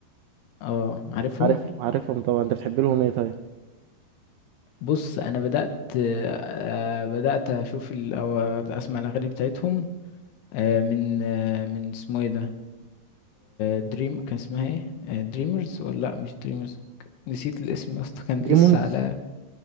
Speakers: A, on the left; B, on the right.
A: اه عارفهم
B: عارف عارفهم طبعا أنت بتحب لهم إيه طيب
A: بص انا بدات آه، بدات اشوف ال- او اسمع الاغاني بتاعتهم آه، من آه، من اسمه ايه ده دريم كان اسمها ايه دريمرز ولا لا مش دريمرز نسيت الاسم يا اسطى كان
B: ديمونز
A: لسه على